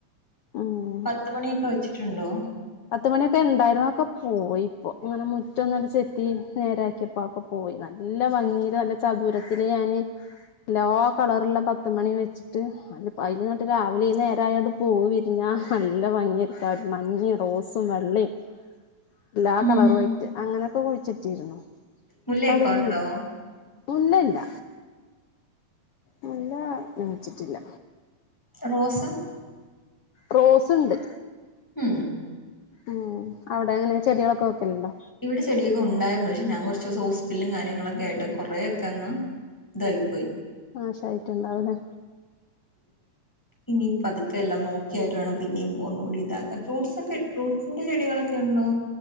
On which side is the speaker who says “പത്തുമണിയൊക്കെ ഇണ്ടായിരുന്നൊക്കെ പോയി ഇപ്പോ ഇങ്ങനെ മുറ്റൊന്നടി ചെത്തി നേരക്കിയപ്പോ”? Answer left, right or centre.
Left